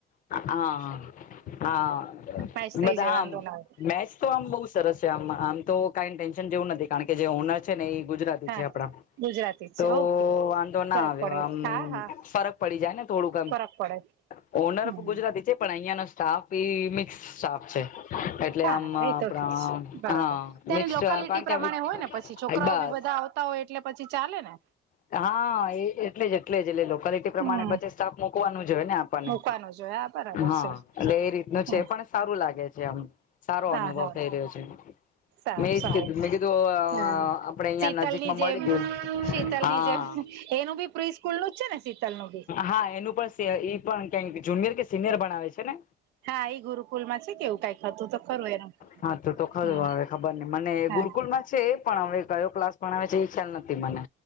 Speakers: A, on the left (about 50°); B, on the right (about 85°).
A: હા હા
B: મેચ થઈ
A: બધા
B: જાય વાંધો
A: આમ
B: ના આવે
A: મેચ તો આમ બહ સરસ છે. આમ તો કાઈ ટેન્શન જેવું નથી કારણ કે જે ઓનર છે, ને એ ગુજરાતી
B: હા
A: છે, આપડા
B: ગુજરાતી
A: તો
B: છે ઓકે
A: વાંધો ના
B: ફરક
A: આવે
B: પડે
A: આમ
B: હા હા
A: ફરક પડી જાય ને થોડુંક
B: ફરક પડે
A: ઓનર
B: હમ
A: ઓ ગુજરાતી છે, પણ અહિયાં સ્ટાફ ઈ મિક્સ સ્ટાફ છે, એટલે
B: હા
A: આમ આપણા
B: એ તો ઠીક છે, બરાબર
A: હા
B: તેની
A: મિક્સ
B: લોકાલિટી
A: કારણ
B: પ્રમાણે
A: કે હવે
B: હોય ને પછી છોકરાઓ
A: બસ
B: બી બધા આવતા હોય એટલે પછી ચાલે ને
A: હા, એ એટલે જ એટલે જ એટલે લોકાલિટી પ્રમાણે
B: હમ
A: પછી સ્ટાફ મુકવાનું જ હોય, ને આપણને
B: મૂકવાનું જોય હા બરાબર
A: હા,
B: છે
A: એટલે એ રીતનું
B: હા
A: છે પણ સારું લાગે છે, એમ સારો
B: હા
A: અનુભવ
B: હા
A: થઈ રહ્યો છે.
B: સારું
A: મેં એજ
B: સારું
A: કીધું મેં કીધું આપડે
B: હા
A: અહિયાં
B: શીતલની
A: નજીકમાં
B: જેમ
A: મળી ગયું.
B: શીતલની
A: હા
B: જેમ એનું બી પ્રી સ્કૂલ નું જ છે ને શીતલ નું બી
A: હા એનું પણ સ પણ ક જુનિયર કે સિનિયર બનાવે છે ને
B: હા એ ગુરુકુલ માં છે કેવું કઈક હતું તો ખરું એનું
A: હા તો તો ખારું
B: હમ
A: આવે ખબર ન મને
B: હા
A: ગુરુકુલ માં છે. પણ હ કયો ક્લાસ પણ આવે છે એ ખ્યાલ નથી મને